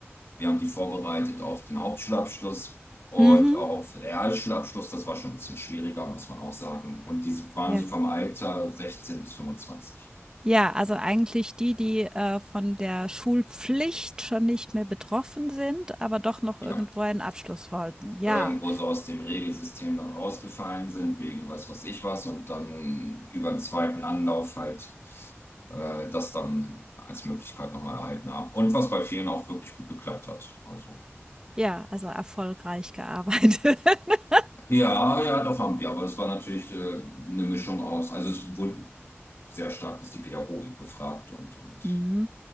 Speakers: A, on the left; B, on the right.
A: Wir haben die vorbereitet auf den Hauptschulabschluss und
B: mhm.
A: auf Realschulabschluss. Das war schon ein bisschen schwieriger, muss man auch sagen. Und diese waren
B: Ja.
A: so vom Alter 16 bis 25.
B: Ja, also eigentlich die, die äh, von der Schulpflicht schon nicht mehr betroffen sind, aber doch noch
A: Ja.
B: irgendwo einen Abschluss wollten. Ja,
A: irgendwo so aus dem Regelsystem dann rausgefallen sind, wegen weiß was ich was, und dann über den zweiten Anlauf halt äh, das dann als Möglichkeit nochmal erhalten haben. Und was bei vielen auch wirklich gut geklappt hat. Also,
B: ja, also erfolgreich gearbeitet. <laughs>
A: ja, ja, doch haben wir, aber es war natürlich äh, eine Mischung aus, also es wurde sehr stark ist die Pädagogik gefragt und, und
B: Mhm,